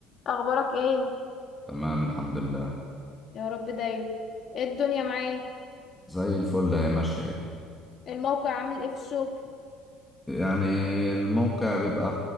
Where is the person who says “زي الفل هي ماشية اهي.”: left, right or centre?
Centre